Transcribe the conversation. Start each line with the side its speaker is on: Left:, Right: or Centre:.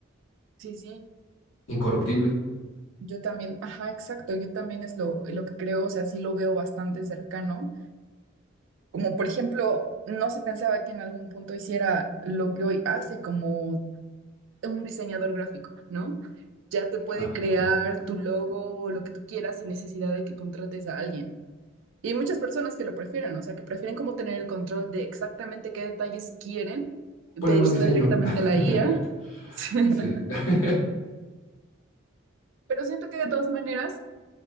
Right: sí, sí.
Left: Incorruptible.
Right: Yo también, ajá, exacto, yo también es lo, lo que creo, o sea, sí lo veo bastante cercano. Como por ejemplo, no se pensaba que en algún punto hiciera lo que hoy hace como un diseñador gráfico, ¿no? Ya te puede
Left: Ah,
Right: crear
Left: claro.
Right: tu logo o lo que tú quieras sin necesidad de que contrates a alguien. Y hay muchas personas que lo prefieren, o sea, que prefieren como tener el control de exactamente qué detalles quieren y
Left: Ponle
Right: pedírselo
Left: más diseño.
Right: directamente
Left: <laughs>
Right: a la IA. <laughs>
Left: Sí. <laughs>
Right: Pero siento que de todas maneras